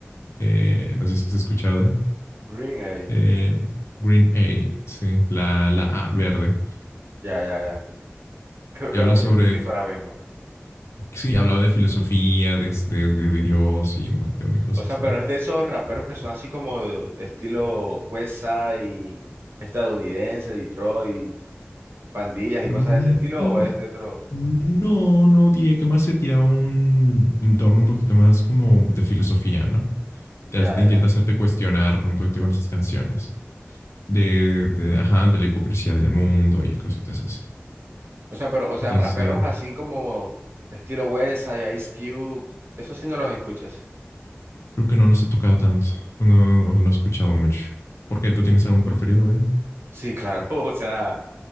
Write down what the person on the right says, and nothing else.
Green ahí.
Ya, ya, ya. Creo
que
no lo
identifico ahora mismo.
O sea, pero
es de esos raperos que son así como de estilo West Side, estadounidense, Detroit, pandillas
y cosas de ese estilo, o es de otro.
Ya,
ya.
O sea, pero, o sea,
raperos así como estilo West Side, Ice Cube, eso sí no los escuchas.
Sí, claro, <laughs> o sea,